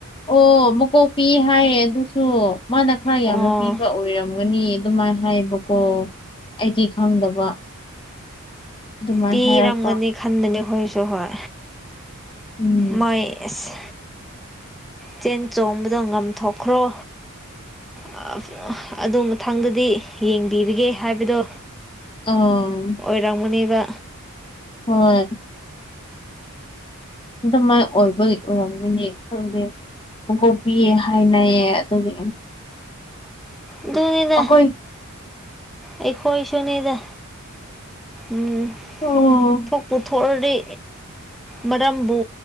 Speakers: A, on the left (about 20°); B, in the centre.
A: ꯑꯣ ꯃꯀꯣꯛ ꯄꯤ ꯍꯥꯏꯌꯦ ꯑꯗꯨꯁꯨ ꯃꯥꯅ ꯈꯔ
B: ꯑꯣ
A: ꯌꯥꯝꯅ ꯄꯤꯕ ꯑꯣꯏ ꯑꯣꯏꯔꯝꯒꯅꯤ ꯑꯗꯨꯃꯥꯏ ꯍꯥꯏꯕꯀꯣ ꯑꯩꯗꯤ ꯈꯪꯗꯕ ꯑꯗꯨꯃꯥꯏꯅ
B: ꯄꯤꯔꯝꯒꯅꯤ
A: ꯍꯥꯏꯔꯛꯄ
B: ꯈꯟꯕꯅꯦ ꯑꯩꯈꯣꯏꯒꯤꯁꯨ ꯍꯣꯏ
A: ꯎꯝ
B: ꯃꯣꯏ ꯑꯁ ꯆꯦꯟ ꯆꯣꯡꯕꯗꯣ ꯉꯝꯊꯣꯛꯈ꯭ꯔꯣ ꯑ ꯑꯗꯣ ꯃꯊꯪꯗꯗꯤ ꯌꯦꯡꯕꯤꯔꯒꯦ ꯍꯥꯏꯕꯗꯣ
A: ꯎꯝ
B: ꯑꯣꯏꯔꯝꯒꯅꯤꯕ
A: ꯍꯣꯏ ꯑꯗꯨꯃꯥꯏ ꯑꯣꯏꯕꯩ ꯑꯣꯏꯔꯝꯒꯅꯤ ꯈꯪꯗꯦ ꯃꯀꯣꯛ ꯄꯤ ꯍꯥꯏꯅꯩꯌꯦ ꯑꯗꯨꯒꯤ
B: ꯑꯗꯨꯅꯤꯗ
A: ꯑꯩꯈꯣꯏ
B: ꯑꯩꯈꯣꯏꯁꯨꯅꯤꯗ ꯎꯝ
A: ꯑꯣ
B: ꯊꯣꯛꯄꯨ ꯊꯣꯛꯑꯗꯤ ꯃꯔꯝꯕꯨ